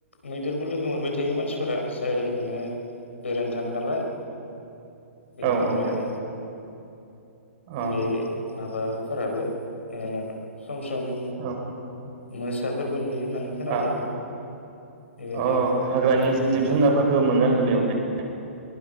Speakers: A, on the left; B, on the right.
A: मैदेरबो लोगो मोनबाय थायो मानसिफोरा जाय माने बेरायनो थाङो नालाय। बेनिफ्राय
B: औ औ अ
A: बे माबाफोराबो ओ सम सम
B: औ
A: मोसाफोरबो नुयो। होननानै खोनायो।
B: आ
A: बेबायदि
B: अ
A: आरो
B: हाग्रानि
A: ओमफ्राय
B: जिब जुनारफोरखौ मोनो आरो बेयावहाय